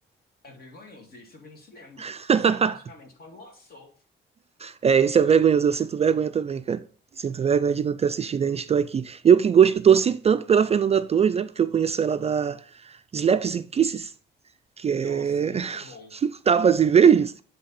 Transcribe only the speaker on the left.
é vergonhoso. Esse eu vi no cinema,
assim, praticamente, quando lançou.
Nossa, muito bom.